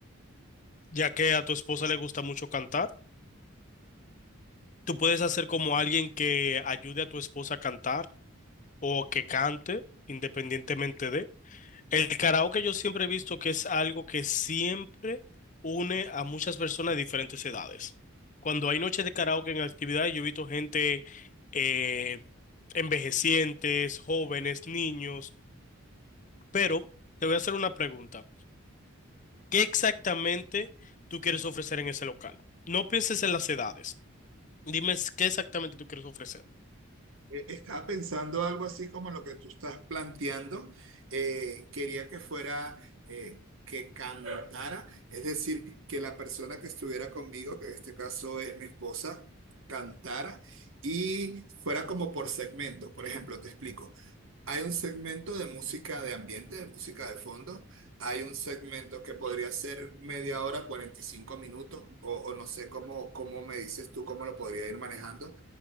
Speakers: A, on the left; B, on the right.
A: ya que a tu esposa le gusta mucho cantar. Tú puedes hacer como alguien que ayude a tu esposa a cantar o que cante, independientemente de. El karaoke yo siempre he visto que es algo que siempre une a muchas personas de diferentes edades. Cuando hay noches de karaoke en actividades, yo he visto gente eh, envejecientes, jóvenes, niños, pero te voy a hacer una pregunta. ¿Qué exactamente tú quieres ofrecer en ese local? No pienses en las edades. Dime s- qué exactamente tú quieres ofrecer.
B: Eh, Estaba pensando algo así como lo que tú estás planteando. Eh, quería que fuera eh, que cantara, es decir, que la persona que estuviera conmigo, que en este caso es mi esposa, cantara y fuera como por segmento. Por ejemplo, te explico. Hay un segmento de música de ambiente, de música de fondo. Hay un segmento que podría ser media hora, 45 minutos, o, o no sé cómo, cómo me dices tú, cómo lo podría ir manejando.